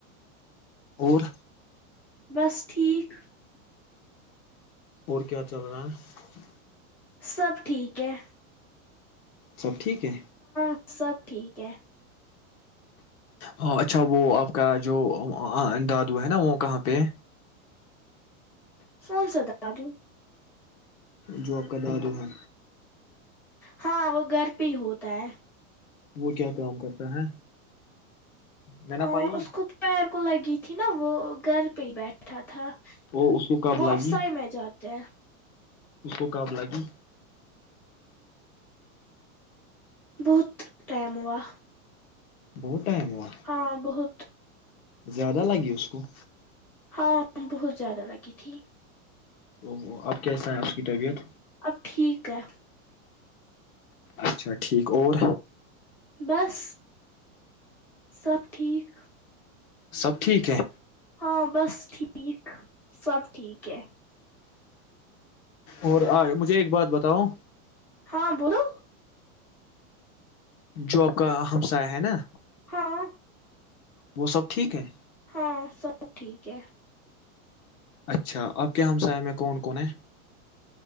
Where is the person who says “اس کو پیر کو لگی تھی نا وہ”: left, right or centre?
Centre